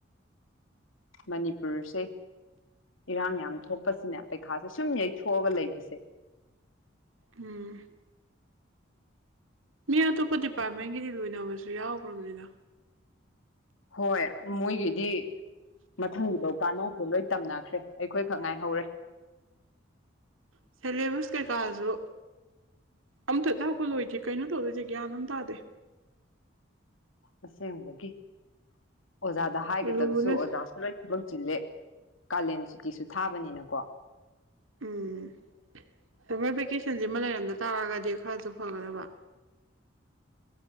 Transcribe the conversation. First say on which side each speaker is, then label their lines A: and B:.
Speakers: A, on the left; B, on the right.
A: ꯃꯅꯤꯄꯨꯔꯁꯦ ꯏꯔꯥꯡ ꯌꯥꯝ ꯊꯣꯛꯄꯁꯤꯅꯦ ꯄꯩꯈꯥꯁꯦ ꯁꯨꯝ ꯌꯩꯊꯣꯛꯑꯒ ꯂꯩꯕꯁꯦ
B: ꯎꯝ ꯃꯤ ꯑꯇꯣꯞꯄ ꯗꯤꯄꯥꯔꯠꯃꯦꯟꯒꯤꯗꯤ ꯂꯣꯏꯅꯕꯁꯨ ꯌꯥꯎꯈ꯭ꯔꯕꯅꯤꯅ
A: ꯍꯣꯏ ꯃꯣꯏꯒꯤꯗꯤ ꯃꯊꯪꯒꯤꯐꯧ ꯀꯥꯟꯅꯕꯈ ꯂꯣꯏ ꯇꯝꯅꯈ꯭ꯔꯦ ꯑꯩꯈꯣꯏꯈꯛ ꯉꯥꯏꯍꯧꯔꯦ
B: ꯁꯦꯂꯦꯕꯁ ꯀꯩꯀꯥꯁꯨ ꯑꯝꯇ ꯂꯥꯛꯄ ꯂꯣꯏꯗ ꯀꯩꯅꯣ ꯇꯗꯣꯏꯦꯒ꯭ꯌꯥꯟ ꯑꯃ ꯇꯥꯗꯦ
A: ꯑꯁꯦꯡꯕꯒꯤ ꯑꯣꯖꯥꯗ ꯍꯥꯏꯒꯗꯕꯁꯨ
B: ꯂꯨꯅ
A: ꯑꯣꯖꯥ ꯂꯣꯏ ꯊꯕꯛ ꯆꯤꯜꯂꯦ ꯀꯥꯂꯦꯟ ꯁꯨꯇꯤꯁꯨ ꯊꯥꯕꯅꯤꯅꯀꯣ
B: ꯎꯝ ꯁꯝꯃꯔ ꯚꯦꯀꯦꯁꯟꯁꯤꯃ ꯂꯩꯔꯝꯗ ꯇꯥꯔꯒꯗꯤ ꯈꯔꯁꯨ ꯐꯒꯗꯕ